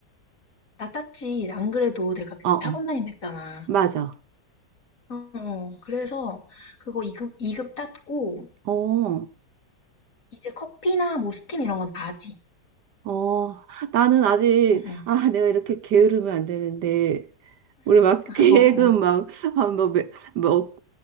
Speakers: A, on the left; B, on the right.
A: 나 땄지. 안 그래도 내가 그때
B: 어어.
A: 학원 다닌다 했잖아.
B: 맞아.
A: 어, 어. 그래서 그거 2급, 이급 땄고,
B: 어,
A: 이제 커피나 뭐 스팀 이런 건 다 하지.
B: 어, 나는 아직,
A: 응, 응.
B: 아, 내가 이렇게 게으르면 안 되는데, 우리 막 <laughs> 계획은
A: 어, 어.
B: 막, 아, 뭐, 매- 뭐,